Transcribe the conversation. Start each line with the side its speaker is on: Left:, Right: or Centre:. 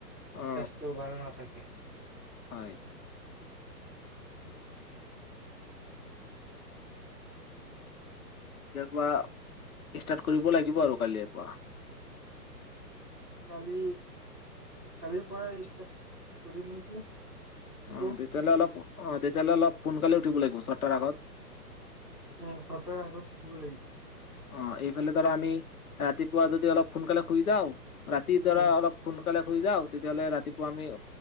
Left: অ
Centre: স্বাস্থ্যও ভাল নাথাকে উ
Left: হয়
Centre: <inaudible>
Left: এতিয়াৰ পৰা ষ্টাৰ্ট কৰিব লাগিব আৰু কালিৰে পৰা
Centre: কালি কালিৰ পৰা ষ্টাৰ্ট কৰিম নেকি আকৌ
Left: অ তেতিয়লে অলপ অ তেতিয়লে অলপ সোনকালে উঠিব লাগিব ছটাৰ আগত
Centre: এ ছটাৰ আগত উঠিব লাগিব
Left: অ এইফালে ধৰা আমি ৰাতিপুৱা যদি অলপ সোনকালে <unintelligible> ৰাতি
Centre: উম।
Left: ধৰা অলপ ফোন সোনকালেই শুই যাওঁ তেতিয়াহলে ৰাতিপুৱা আমি